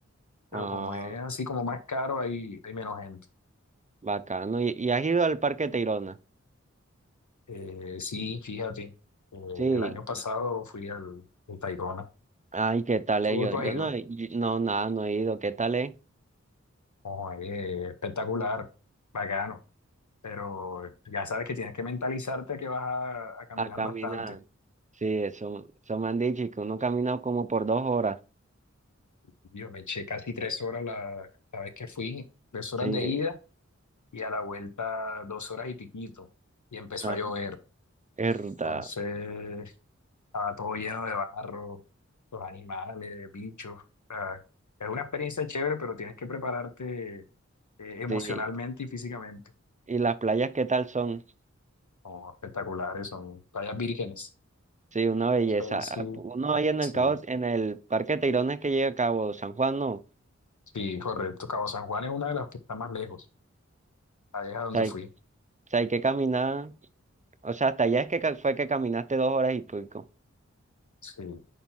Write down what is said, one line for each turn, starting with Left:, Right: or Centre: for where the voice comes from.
Left: pero
Right: ah,
Left: como es así como más caro, hay, hay menos gente.
Right: bacano. ¿Y, y has ido al Parque Tayrona?
Left: Eh, sí, fíjate, eh,
Right: Sí,
Left: el año pasado fui al, al Tayrona.
Right: Ay, ¿qué tal
Left: ¿Tú,
Right: es? Yo,
Left: tú
Right: yo
Left: has ido?
Right: no, he- yo- no, nada, no he ido. ¿Qué tal es?
Left: Oh, eh, espectacular, bacano, pero ya sabes que tienes que mentalizarte que vas a, a caminar
Right: A caminar.
Left: bastante.
Right: Sí, eso, eso me han dicho y que uno camina como por dos horas.
Left: Yo me eché casi tres horas la, la vez que fui, tres horas
Right: Sí,
Left: de ida y a la vuelta dos horas y piquito, y empezó
Right: ajá,
Left: a llover.
Right: es verdad.
Left: Entonces estaba todo lleno de barro, los animales, bichos. O sea, es una experiencia chévere, pero tienes que prepararte eh, emocionalmente
Right: Sí,
Left: y físicamente.
Right: y las playas, ¿qué tal son?
Left: Son espectaculares, son playas vírgenes.
Right: Sí, una belleza.
Left: O sea, ahí sí,
Right: Ah, pu- Uno ahí en
Left: sí,
Right: el cabo, en el Parque Teirones que llega a Cabo San Juan, no. O
Left: sí, correcto. Cabo San Juan es una de las que está más lejos. Ahí es a donde
Right: sea, hay,
Left: fui.
Right: o sea, hay que caminar. O sea, hasta allá es que ca- fue que caminaste dos horas y pico.
Left: Sí.